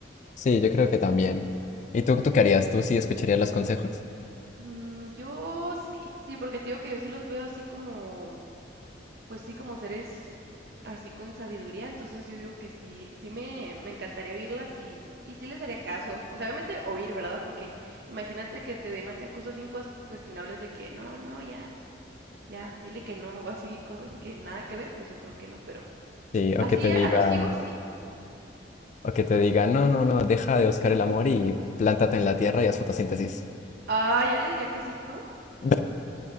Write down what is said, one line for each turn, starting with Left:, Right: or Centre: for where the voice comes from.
Left: Sí, yo creo que también. ¿Y tú, tú qué harías? ¿Tú sí escucharías los consejos?
Right: Mm, yo sí, sí, porque te digo que yo sí los veo así como, pues sí, como seres así con sabiduría, entonces yo digo que sí, sí me, me encantaría oírlas y, y sí les haría caso. O sea, obviamente oír, ¿verdad? Porque imagínate que te den acá cosas bien cues- cuestionables de que no, no, ya, ya, dile que no, o así, cosas que nada que ver, pues yo creo que no, pero
Left: Sí,
Right: así
Left: o que te
Right: a
Left: diga,
Right: los ciegos sí.
Left: o que te diga, no, no, no, deja de buscar el amor y plántate en la tierra y haz fotosíntesis.
Right: Ah, yo le diría que sí, tú no.
Left: <laughs>